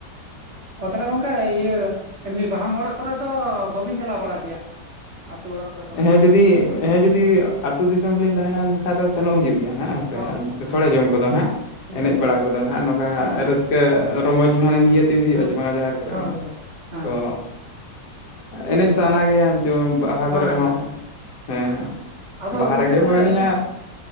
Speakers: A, on the right; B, on the left.
A: ᱚ ᱛᱟᱦᱞᱮ ᱜᱚᱝᱠᱮ ᱤᱭᱟᱹ ᱮᱢᱱᱤ ᱵᱟᱦᱟ ᱢᱚᱬᱮ ᱠᱚᱨᱮ ᱫᱚ ᱵᱟᱹᱵᱤᱱ ᱪᱟᱞᱟᱣ ᱵᱟᱲᱟᱜ ᱜᱮᱭᱟ? ᱟᱛᱳ ᱚᱲᱟᱜ ᱠᱚᱨᱮ ᱫᱚ
B: ᱦᱮᱸ ᱡᱩᱫᱤ ᱦᱮᱸ ᱡᱩᱫᱤ ᱟᱹᱛᱩ ᱫᱤᱥᱚᱢ ᱨᱮᱞᱤᱧ ᱛᱟᱦᱮᱱᱟ ᱮᱱᱠᱷᱟᱱᱡ ᱫᱚ ᱥᱮᱱᱚᱜ ᱦᱩᱭᱩᱜ ᱜᱮᱭᱟ ᱱᱟᱜ <unintelligible> ᱥᱮ
A: ᱚ ᱦᱮᱸ
B: ᱥᱳᱲᱮ ᱡᱚᱢ
A: ᱛᱚ
B: ᱠᱚᱫᱚ ᱱᱟᱜ
A: ᱦᱩᱸ
B: ᱮᱱᱮᱡ
A: ᱦᱩᱸ
B: ᱵᱟᱲᱟ ᱠᱚᱫᱚ ᱱᱟᱦᱟᱜ ᱱᱚᱝᱠᱟ
A: ᱦᱩᱸ
B: ᱨᱟᱹᱥ ᱠᱟᱹ ᱨᱚᱢᱚᱡᱽ ᱢᱟᱱᱮ ᱱᱤᱦᱟᱹᱛᱤ ᱦᱩᱭᱩᱜᱼᱟ
A: ᱦᱩᱸ
B: ᱡᱮ ᱵᱟᱝ ᱡᱟᱸᱦᱮᱨ ᱠᱚᱨᱮ
A: ᱦᱳᱭ
B: ᱢᱟ᱾
A: ᱦᱳᱭ ᱦᱮᱸ
B: ᱛᱚ ᱮᱱᱮᱡ ᱥᱟᱱᱟ ᱜᱮᱭᱟ ᱡᱚ ᱵᱟᱦᱟ ᱵᱟᱦᱟ
A: ᱦᱮᱸ
B: ᱠᱚᱨᱮ ᱦᱚᱸ
A: ᱦᱮᱸ
B: ᱦᱮᱸ
A: ᱟᱫᱚ
B: ᱵᱟᱦᱟ
A: ᱜᱚᱝᱠᱮ
B: ᱨᱮᱜᱮ
A: ᱛᱟᱦᱚᱞᱮ
B: ᱵᱚᱱ ᱮᱱᱮᱡᱟ᱾
A: ᱟᱹᱞᱤᱧ